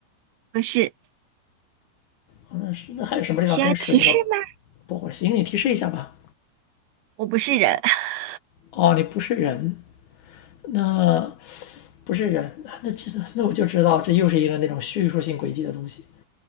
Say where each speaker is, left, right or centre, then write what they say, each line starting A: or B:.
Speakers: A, on the right (about 80°); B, on the left (about 65°).
A: 不是，
B: 啊那是那还有什么地方跟水和
A: 需要提示吗？
B: 不火星？你提示一下吧。
A: 我不是人，<laughs>
B: 哦，你不是人，那不是人，那那这那我就知道这又是一个那种叙述性轨迹的东西。